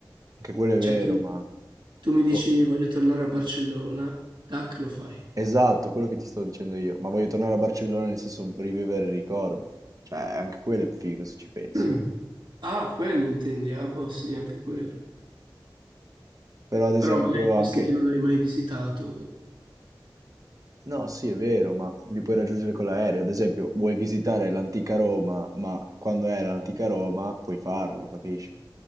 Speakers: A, on the right (about 45°); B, on the right (about 70°).
A: Anche quello è vero,
B: Cioè tu,
A: ma...
B: tu mi
A: boh.
B: dici voglio tornare a Barcellona, tac, lo fai.
A: Esatto, quello che ti stavo dicendo io, ma voglio tornare a Barcellona nel senso rivivere il ricordo, cioè anche quello è figo se ci pensi,
B: Mm. Ah, quello intendi? Ah, boh, sì, anche quello.
A: però ad esempio
B: Però magari posti
A: anche,
B: che non hai mai visitato,
A: no sì è vero, ma li puoi raggiungere con l'aereo, ad esempio vuoi visitare l'antica Roma, ma quando è l'antica Roma puoi farlo, capisci?